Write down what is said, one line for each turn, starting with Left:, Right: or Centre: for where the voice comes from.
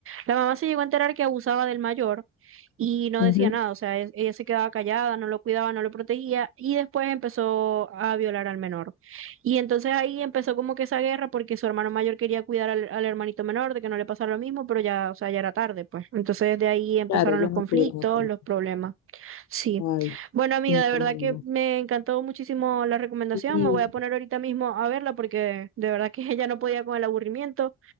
Right: la mamá se llegó a enterar que abusaba del mayor y no
Left: Ujú.
Right: decía nada, o sea, e- ella se quedaba callada, no lo cuidaba, no lo protegía y después empezó a violar al menor. Y entonces ahí empezó como que esa guerra porque su hermano mayor quería cuidar al, al hermanito menor de que no le pasara lo mismo, pero ya, o sea, ya era tarde, pues. Entonces de ahí empezaron
Left: Claro, ya
Right: los conflictos,
Left: no pudieron hacer más.
Right: los problemas. Sí.
Left: Ay,
Right: Bueno, amiga,
Left: incómodo.
Right: de verdad que me encantó muchísimo la recomendación.
Left: Sí,
Right: Me voy a poner ahorita mismo a verla porque de verdad que <laughs> ella no podía con el aburrimiento.